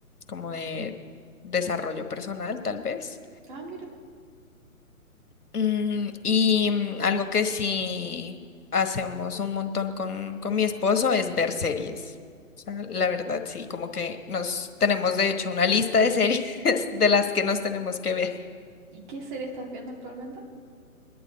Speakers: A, on the left (about 85°); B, on the right (about 30°).
A: como de desarrollo personal, tal vez.
B: Ah, mira.
A: Mm, y mm, algo que sí hacemos un montón con, con mi esposo es ver series. O sea, la verdad, sí, como que nos tenemos de hecho una lista de series <laughs> de las que nos tenemos que ver.
B: ¿Y qué serie estás viendo actualmente?